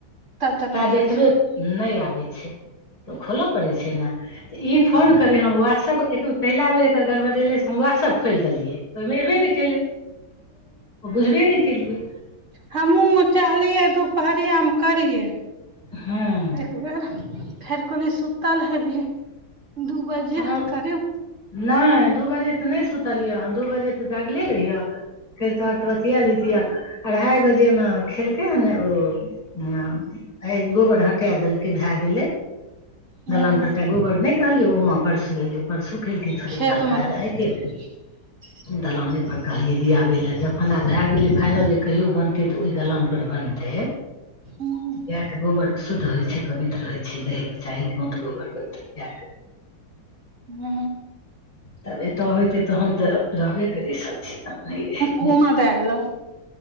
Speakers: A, on the right (about 35°); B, on the left (about 20°).
A: तब तक नहि
B: ता
A: जाइ
B: देखबे
A: छै
B: नहि आबै छै तऽ खोलऽ पड़ै। इ
A: हूँ
B: फाॅन क अरे हम व्हाट्सप एक पहिला बेर एकर गड़बड़ एलै से व्हाट्सएप खोलि देलिए ओहि मे एबे नहि कैलै बुझबे नहि केलियए
A: हमहूँ चाहलियै दुपहरिया मे करियै
B: हँ
A: एक फेर कहलियी सुतल हेबही दू बजे
B: हँ
A: करीब
B: नहि दू बजे तऽ नहि सुतलयै हन दू बजे तऽ जागले रहियै फेर तोहक तऽ बतिया लतिया अढ़ाई बजे मे खेलकै हने ओ ह आय दू बेर हटा देलकै भए गेलै
A: हूँ
B: दलान परके गोबर नहि कहलियौ ओमा परसू एयलै परसू खेलक थोड़े
A: खेत
B: काल
A: मे
B: काज
A: दे
B: आइके
A: <inaudible>
B: दलाने पर कहलियै दियाबे ले जखन भए गेलै फाइनल जे कहिो बनतै तऽ ओइ दलान पर बनते
A: हूँ
B: गाय के गोबर शुद्ध होय छै पवित्र होय छै रहे के चाही गोत गोबर गोत्र गायके
A: हू
B: तब एतऽ होते तहन तऽ रहबे करै सब चीज आब नहि रहै
A: उमा दाय ऐलो